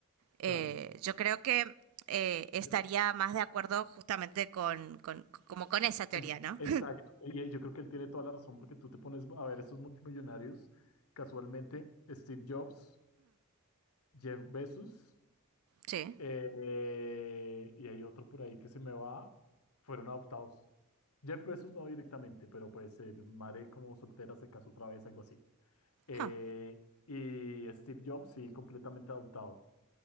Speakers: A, on the right; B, on the left.
A: Eh,
B: Claro.
A: yo creo que eh, estaría
B: Yo-
A: más de acuerdo justamente con, con, como con esa teoría,
B: el-
A: ¿no?
B: exacto.
A: <laughs>
B: Y eh, yo creo que él tiene toda la razón porque tú te pones a ver esos multimillonarios, casualmente Steve Jobs, Jeff Bezos.
A: Sí.
B: Eh, y hay otro por ahí que se me va. Fueron adoptados. Jeff Bezos no directamente, pero pues el madre como soltera se casó otra vez, algo así. Eh,
A: Ah,
B: y Steve Jobs, sí, completamente adoptado.